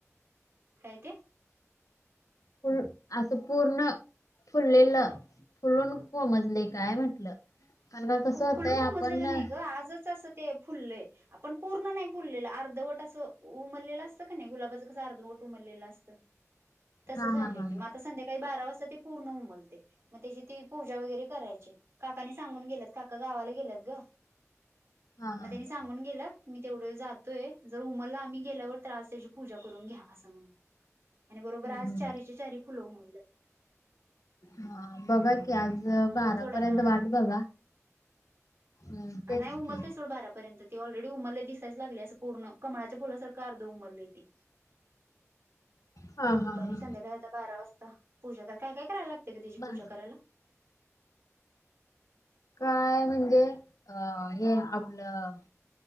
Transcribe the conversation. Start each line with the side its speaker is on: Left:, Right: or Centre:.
Right: काय ते?
Left: फुल असं पूर्ण फुललेलं फुलून कोमजलय काय म्हटलं. कारण का कसं होतंय
Right: फुलून कोमजलेलं
Left: आपण हा
Right: नाही ग आजच असं ते फुललंय. आपण पूर्ण नाही फुललेलं अर्धवट असं उमरलेलं असतं कणी गुलाबाचं कसं अर्धवट उमरलेलं असतं. <inaudible> तसं
Left: हा
Right: झालंय
Left: हा हा
Right: त मग आता संध्याकाळी बारा वाजता ती पूर्ण उमलतय मग त्याची ती पूजा वगैरे करायची. काकानी सांगून गेल्यात. काका गावाला गेल्यात ग
Left: हा हा
Right: मग त्यानी
Left: हम्म
Right: सांगून गेल्यात मी तेवढ जातोय जर उमल आम्ही गेल्यावर तर आज त्याची पूजा करून घ्या असं म्हण. आणि बरोबर आज
Left: हम्म
Right: चारीच्या चारी फुलं उमलल्यात.
Left: हा बघा की आज
Right: मग आता
Left: बारापर्यंत
Right: थोड्या वेळानं
Left: वाट बघा. हम्म तेच
Right: आ नाही उमलयत
Left: की
Right: सोड बारा पर्यंत ती ऑलरेडी उमलय दिसायच लागलय असं पूर्ण कमळाच्या फुलासारख अर्ध उमललय ते.
Left: हा
Right: मग
Left: हा
Right: दुपारी
Left: हा
Right: संध्याकाळी आता बारा वाजता, पूजा कर काय काय करायला लाग तय त्याची
Left: बा
Right: पूजा करायला?
Left: कायय म्हणजे अ हे आपलं